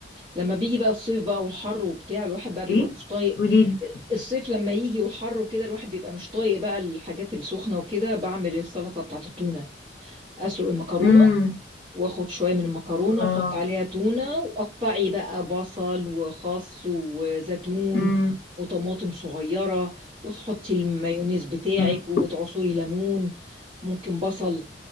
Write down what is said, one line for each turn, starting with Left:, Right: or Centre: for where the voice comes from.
Right: لما بيجي بقى الصيف بقى والحر وبتاع الواحد بقى بيبقى
Left: ايه
Right: مش طايق
Left: قوليلي
Right: الصيف لما يجي والحر وكده الواحد بيبقى مش طايق بقى الحاجات السخنه وكده بعمل السلطه بتاعت التونه اسلق المكرونه
Left: امم
Right: واخد شويه من المكرونه
Left: الله
Right: واحط عليها تونه وقطعي بقى بصل وخس وزيتون
Left: امم
Right: وطماطم صغيره وتحطي المايونيز بتاعك
Left: امم
Right: وتعصري ليمون ممكن بصل